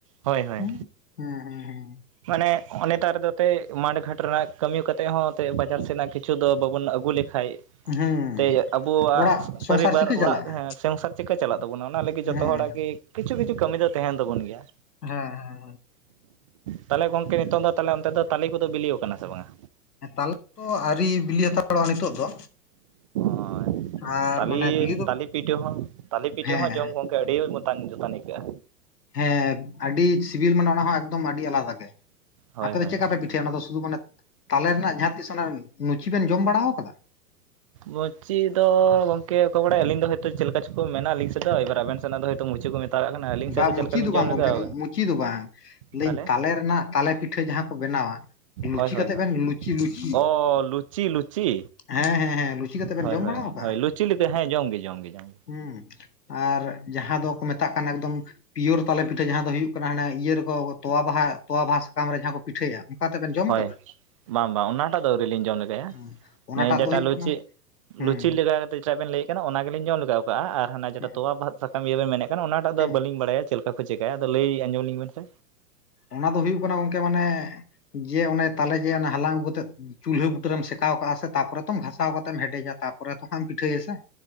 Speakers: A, on the right; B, on the left.
A: ᱦᱳᱭ ᱦᱳᱭ
B: ᱦᱮᱸ ᱦᱮᱸ ᱦᱮᱸ ᱦᱮᱸ
A: ᱢᱟᱱᱮ ᱱᱮᱛᱟᱨᱫᱚ ᱮᱱᱛᱮᱫ ᱢᱟᱴᱷ ᱜᱷᱟᱴ ᱨᱮᱱᱟᱜ ᱠᱟᱹᱢᱤ ᱠᱚᱛᱮ ᱦᱚᱸ ᱮᱱᱛᱮᱫ ᱵᱟᱡᱟᱨ ᱥᱮᱫᱱᱟᱜ ᱠᱤᱪᱷᱩ ᱠᱤᱪᱷᱩ ᱫᱚ ᱵᱟᱵᱚᱱ ᱟᱹᱜᱩ ᱞᱮᱠᱷᱟᱱ
B: ᱦᱩᱸ ᱦᱩᱸ
A: ᱛᱮ ᱟᱵᱚᱣᱟᱜ
B: ᱚᱲᱟᱜ ᱥᱚᱝᱥᱟᱨ
A: ᱯᱚᱨᱤᱵᱟᱨ
B: ᱪᱤᱠᱟᱹ ᱪᱟᱞᱟᱜᱼᱟ
A: ᱚᱲᱟᱜ ᱥᱚᱝᱥᱟᱨ ᱪᱮᱫᱠᱟ ᱪᱟᱞᱟᱜ ᱛᱟᱵᱚᱱᱟ ᱚᱱᱟ ᱞᱟᱹᱜᱤᱫ
B: ᱦᱩᱸ
A: ᱡᱚᱛᱚ
B: ᱦᱮᱸ
A: ᱦᱚᱲᱟᱜ ᱜᱮ ᱠᱤᱪᱷᱩ ᱠᱤᱪᱷᱩ ᱠᱟᱹᱢᱤ ᱫᱚ ᱛᱟᱦᱮᱱ ᱛᱟᱵᱚᱱ ᱜᱮᱭᱟ
B: ᱦᱮᱸ
A: ᱛᱟᱦᱚᱞᱮ ᱜᱚᱝᱠᱮ ᱱᱤᱛᱚᱝ ᱫᱚ ᱚᱱᱛᱮ ᱫᱚ ᱛᱟᱞᱮ ᱠᱚᱫᱚ ᱵᱮᱞᱮ ᱟᱠᱟᱱᱟ ᱥᱮ ᱵᱟᱝᱟ
B: ᱛᱟᱞᱮ ᱟᱹᱣᱨᱤ ᱵᱤᱞᱤ ᱦᱟᱛᱟᱣᱚᱜᱼᱟ ᱱᱤᱛᱚᱜ ᱫᱚ
A: ᱦᱳᱭ
B: ᱟᱨ
A: ᱛᱟᱞᱮ
B: ᱢᱟᱱᱮ ᱵᱤᱞᱤ ᱫᱚ
A: ᱛᱟᱞᱮ ᱯᱤᱴᱷᱟᱹ ᱦᱚᱸ ᱛᱟᱞᱮ ᱯᱤᱴᱷᱟᱹ
B: ᱦᱮᱸ
A: ᱦᱚᱸ ᱡᱚᱢ ᱜᱚᱢᱠᱮ ᱟᱹᱰᱤ ᱢᱛᱟᱱ ᱡᱚᱛᱟᱱ ᱟᱹᱭᱠᱟᱹᱜᱼᱟ
B: ᱦᱮᱸ ᱟᱹᱰᱤ ᱥᱤᱵᱤᱞ ᱢᱟᱱᱮ ᱚᱱᱟ ᱦᱚᱸ ᱮᱠᱫᱚᱢ ᱟᱹᱰᱤ ᱟᱞᱟᱫᱟ ᱜᱮ
A: ᱦᱳᱭ
B: ᱟᱯᱮ ᱫᱚ
A: ᱦᱳᱭ
B: ᱪᱮᱫᱠᱟ
A: ᱦᱳᱭ
B: ᱯᱮ ᱯᱤᱴᱷᱟᱹᱭᱟ ᱚᱱᱟ ᱫᱚ ᱥᱩᱫᱷᱩ ᱢᱟᱱᱮ ᱛᱟᱞᱮ ᱨᱮᱱᱟᱜ ᱡᱟᱦᱟᱸ ᱛᱤᱥ ᱚᱱᱟ ᱞᱩᱪᱤ ᱵᱮᱱ ᱡᱚᱢ ᱵᱟᱲᱟ ᱟᱠᱟᱫᱟ
A: ᱢᱩᱪᱤ ᱫᱚ ᱜᱚᱝᱠᱮ ᱚᱠᱚᱭ ᱵᱟᱲᱟᱭᱟ ᱟᱹᱞᱤᱧ ᱫᱚ ᱦᱚᱭᱛᱚ ᱢᱩᱪᱤ ᱫᱚ ᱜᱚᱝᱠᱮ ᱚᱠᱚᱭᱮ ᱵᱟᱰᱟᱭ ᱟᱞᱤᱧ ᱫᱚ ᱦᱚᱭ ᱛᱚ ᱪᱮᱫ ᱞᱮᱠᱟ ᱪᱚᱠᱚ ᱢᱮᱱᱟ ᱟᱹᱞᱤᱧ ᱥᱮᱫ ᱫᱚ ᱮᱭᱵᱟᱨ ᱟᱵᱮᱱ ᱥᱮᱱᱟᱜ ᱫᱚ ᱦᱚᱭᱛᱚ ᱢᱩᱪᱤ ᱠᱚ ᱢᱮᱛᱟᱣᱟᱜ ᱠᱟᱱᱟ ᱟᱹᱞᱤᱧ
B: ᱵᱟ
A: ᱥᱮᱫ
B: ᱢᱩᱪᱤ
A: ᱪᱮᱫ ᱞᱮᱠᱟ ᱞᱤᱧ
B: ᱫᱚ ᱵᱟᱝ
A: ᱡᱚᱢ
B: ᱜᱚᱢᱠᱮ
A: ᱞᱮᱜᱟᱣ
B: ᱢᱩᱪᱤ ᱫᱚ ᱵᱟᱝ ᱞᱟᱹᱭᱟᱹᱧ
A: ᱛᱟᱦᱚᱞᱮ
B: ᱛᱟᱞᱮ ᱨᱮᱱᱟᱜ ᱛᱟᱞᱮ ᱯᱤᱴᱷᱟᱹ ᱡᱟᱦᱟᱸ ᱠᱚ ᱵᱮᱱᱟᱣᱟ ᱞᱩᱪᱤ
A: ᱦᱳᱭ ᱦᱳᱭ
B: ᱠᱟᱛᱮ
A: ᱦᱳᱭ
B: ᱵᱮᱱ ᱞᱩᱪᱤ ᱞᱩᱪᱤ
A: ᱚ ᱞᱩᱪᱤ ᱞᱩᱪᱤ
B: ᱦᱮᱸ ᱦᱮᱸ ᱦᱮᱸ᱾ ᱞᱩᱪᱤ ᱠᱟᱛᱮᱜ ᱵᱮᱱ
A: ᱦᱳᱭ
B: ᱡᱚᱢ
A: ᱦᱳᱭ
B: ᱵᱟᱲᱟᱣ ᱟᱠᱟᱜᱼᱟ
A: ᱦᱳᱭ ᱞᱩᱪᱤ ᱞᱮᱠᱟ ᱦᱮᱸ ᱡᱚᱢᱜ ᱜᱮ ᱡᱚᱢᱜᱮ ᱡᱚᱢᱜᱮ
B: ᱦᱩᱸ ᱟᱨ ᱡᱟᱦᱟᱸ ᱫᱚᱠᱚ- ᱢᱮᱛᱟᱜ ᱮᱠᱫᱚᱢ ᱯᱤᱭᱳᱨ ᱛᱟᱞᱮ ᱯᱤᱴᱷᱟᱹ ᱡᱟᱦᱟᱸ ᱫᱚ ᱦᱩᱭᱩᱜ ᱠᱟᱱᱟ ᱤᱭᱟᱹ ᱨᱮᱠᱚ ᱛᱳᱣᱟ ᱵᱟᱦᱟ ᱛᱚᱣᱟ ᱵᱟᱦᱟ ᱥᱟᱠᱟᱢ ᱨᱮ ᱡᱟᱦᱟᱸ ᱠᱚ ᱯᱤᱴᱷᱟᱹᱭᱟ ᱚᱱᱠᱟ ᱠᱟᱛᱮ ᱵᱮᱱ ᱡᱚᱢ
A: ᱦᱳᱭ
B: ᱟᱠᱟᱫᱟ
A: ᱵᱟᱝ ᱵᱟᱝ ᱚᱱᱟᱴᱟᱜ ᱫᱚ ᱟᱹᱣᱨᱤ ᱞᱤᱧ ᱡᱚᱢ ᱞᱮᱜᱟᱭᱟ
B: ᱦᱮᱸ ᱚᱱᱟᱴᱟᱜ
A: ᱱᱤᱭᱟᱹ
B: ᱫᱚ
A: ᱡᱮᱴᱟ
B: ᱦᱩᱭᱩᱜ
A: ᱞᱩᱪᱤ
B: ᱠᱟᱱᱟ ᱦᱩᱸ
A: ᱞᱩᱪᱤ ᱞᱮᱠᱟ ᱠᱟᱛᱮᱫ ᱡᱟ ᱵᱮᱱ ᱞᱟᱹᱭᱮᱫ ᱠᱟᱱᱟ ᱚᱱᱟ ᱜᱮᱞᱤᱧ ᱡᱚᱢ ᱞᱮᱜᱟᱣ ᱠᱟᱜᱼᱟ ᱦᱟᱱᱟᱱᱟ ᱡᱮᱴᱟ
B: ᱦᱩᱸ
A: ᱛᱚᱣᱟ ᱵᱟᱦ ᱥᱟ ᱤᱭᱟᱹ ᱵᱮᱱ ᱢᱮᱱᱮᱫ ᱠᱟᱱᱟ ᱚᱱᱟᱴᱟᱜ
B: ᱦᱩᱸ
A: ᱫᱚ ᱵᱟᱹᱞᱤᱧ ᱵᱟᱲᱟᱭᱟ ᱪᱮᱫ ᱞᱮᱠᱟ ᱠᱚ ᱪᱤᱠᱟᱹᱭᱟ ᱟᱫᱚ ᱞᱟᱹᱭ ᱟᱸᱡᱚᱢ ᱞᱤᱧ ᱵᱮᱱᱥᱮ᱾
B: ᱚᱱᱟ ᱫᱚ ᱦᱩᱭᱩᱜ ᱠᱟᱱᱟ ᱜᱚᱝᱠᱮ ᱢᱟᱱᱮ ᱡᱮ ᱚᱱᱮ ᱛᱟᱞᱮ ᱜᱮ‌ ᱚᱱᱟ ᱦᱟᱞᱟᱝ ᱟᱹᱜᱩ ᱠᱟᱛᱮᱫ ᱪᱩᱞᱦᱟᱹ ᱵᱩᱴᱟᱹᱨᱮᱢ ᱥᱮᱠᱟᱣ ᱠᱟᱜᱼᱟ ᱥᱮ ᱛᱟᱯᱚᱨᱮᱛᱚᱢ ᱜᱷᱟᱥᱟᱣ ᱠᱟᱛᱮᱢ ᱦᱮᱰᱮᱡᱟ ᱛᱟᱯᱚᱨᱮᱛᱚ ᱮᱢ ᱯᱤᱴᱷᱟᱹᱭᱟ ᱥᱮ᱾